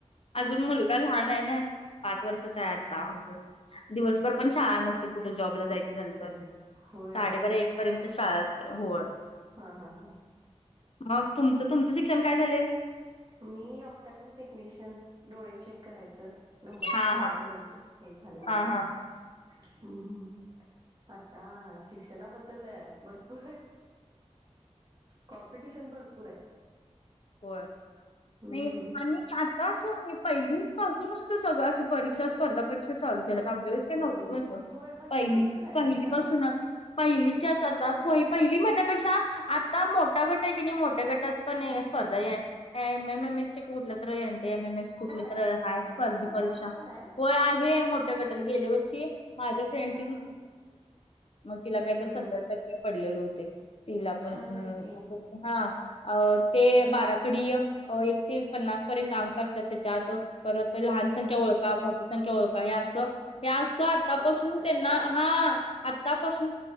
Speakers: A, on the left; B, on the right.
A: अजून मुलगा लहान आहे ना. पाच वर्षच
B: हा
A: आहे आता
B: हा हा
A: दिवसभर पण शछान नसते कुठं जॉबला
B: नसते
A: जायचं झालं तर
B: होय
A: साडेबारा एक
B: सांब
A: पर्यंत शाळा असते होळ.
B: हा हा हा.
A: मग तुमचं तुमचं शिक्षण काय झाले.
B: मी अफताल मी टेक्निशियन डोळे चेक करायचं नंबर
A: हा
B: काढायचं
A: हा
B: वगैरे हे झालं माझं
A: हा हा
B: शिक्षण हम्मम्. आता शिक्षणाबद्दल भरपूर कॉम्पिटिशन भरपूर आहे.
A: हो
B: हम्म
A: नाही आणि च पहिली पासूनच सगळं अस परीक्षा स्पर्धा परीक्षा चालू झाल्या
B: पहिली
A: तर आमच्या वेळेस का
B: पहिली
A: नव्हतं पन्
B: होय
A: पहिली
B: पासून आहेत
A: पहिली
B: आता
A: पासून पहिलीच्याच आता पहिली म्हणण्या्यापेक्षा आता मोठा गट आहे कि नाही मोठ्या गटात पण अस. स्पर्धय एम एम एम एसटचेक उठलं तर ए एम एम ए कुठली
B: होय.
A: तर आहेा स्पर्धी
B: आता पण
A: परीक्षा
B: त्या पण आहेत
A: होय आहे मोठ्या गटाला गेल्या वर्षी माझ्या फ्रेंड
B: हा हा
A: मग
B: हम्म
A: तिला काय
B: हम्म
A: तर
B: हम्म
A: सत पडलेले होते तिला पण
B: छान आहेत की
A: हा अ ते बाराखडी एक ते पन्नास पर्यंत अंक असतात त्याच्यात परत तर लहान
B: हा
A: संख्या
B: हा हा
A: ओळख मोठी संख्या ओळख ह असं हे असं आतापासून
B: हे पण असतं आता
A: त्यांना हा आतापासून